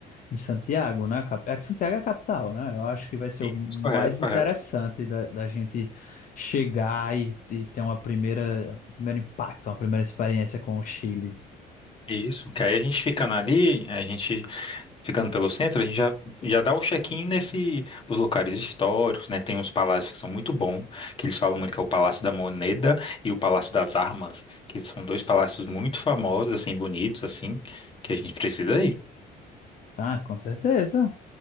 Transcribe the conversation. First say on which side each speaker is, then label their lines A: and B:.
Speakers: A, on the left; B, on the left.
A: Em Santiago, né? Cap- É que Santiago é a capital, né? Eu acho que vai ser
B: Isso,
A: o mais
B: correto, correto.
A: interessante da, da gente chegar e, e ter uma primeira, um primeiro impacto, uma primeira experiência com o Chile.
B: Isso, que aí a gente ficando ali, a gente ficando pelo centro, a gente já, já dá o check-in nesse, os locais históricos, né? Tem uns palácios que são muito bons, que eles falam muito que é o Palácio da Moneda e o Palácio das Armas, que são dois palácios muito famosos, assim, bonitos, assim, que a gente precisa ir.
A: Ah, com certeza.